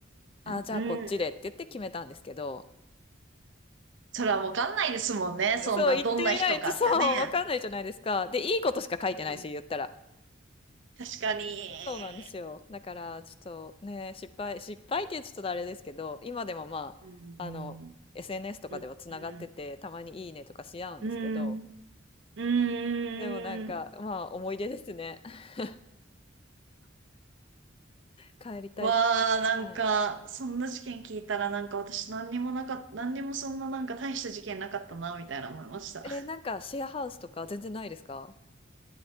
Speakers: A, on the left; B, on the right.
A: あ、じゃあこっちでって言って決めたんですけど、
B: ん、うん。それはわかんないですもんね。そんな、
A: そう、言ってみないと、
B: どんな人かってね。
A: そう、わかんないじゃないですか。で、いいことしか書いてないし、
B: うん、
A: 言ったら。
B: 確かに。
A: そうなんですよ。だから、ちょっとね、失敗、失敗ってちょっとあれですけど、今でもまあ、
B: うん、
A: あの、SNS とかではつながってて、
B: うん、うん、
A: たまにいいねとかし合うんですけど、
B: うん。うん
A: でもなんか、まあ、思い出ですね。<laughs> 帰りたい。
B: わあ、なんか、
A: はい。
B: そんな事件聞いたら、なんか私何にもなかった、何にもそんななんか大した事件なかったな、みたいな思いました。
A: えーなんか、シェアハウスとか全然ないですか